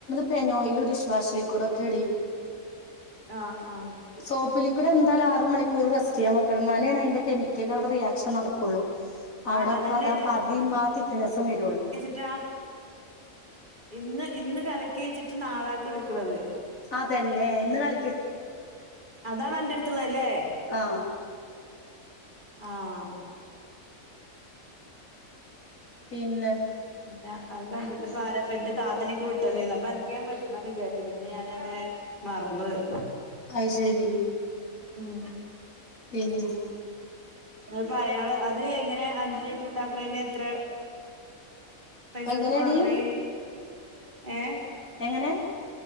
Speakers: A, on the left; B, on the right.
A: പേനോയില് ഡിഷ് വാഷ്ലിക്കൂഡോക്കെടി
B: ആഹ് ആഹ്
A: സോപ്പ് ലിക്ക്വിടെന്താലും ആറ് മണിക്കൂർ റസ്റ്റെയ്യാ വെക്കണം ഇന്നാലേണ് അയ്ന്റെ കെമി ക്കലവ്ടെ റിയാക്ഷൻ നടക്കൊള്ളു അവടെപ്പൊക
B: ആഹ് അതന്നെ
A: പതിം ആ തിക്നെസ്സും വെരൊള്ളു.
B: റ്റാ ഇന്ന് ഇന്ന് കലക്കി വെച്ചിട്ട് നാളാക്ക്ട്ക്ക്ണത്.
A: അതന്നെ ഇന്ന് കല
B: അതാണൻ്റെട്ത്ത്ള്ളെല്ലേ
A: ആഹ്
B: ആഹ്
A: പിന്നെ
B: പിന്നെ അത് കണ്ടപ്പോ താരപ്പെൻ്റെ താത്തനിക്ക് വിട്ടെന്നീന്നു അപ്പനക്ക് ഞാം വിൾച്ചണംന്ന് വിചാര്ചിര്ന്നു പിന്നെഞാനങ്ങനെ മർന്നു പോയി
A: അയ് ശെരി
B: ഉം
A: പിന്നെ
B: അപ്പോ അയാള് അത് എങ്ങനെ അഞ്ച് ലിറ്റർണ്ടാക്ക്ണെ നെത്രെ പൈസൊട്ത്ത്
A: എങ്ങനെയടി
B: വാങ്ങ്ണെയി ഏഹ്
A: എങ്ങനെ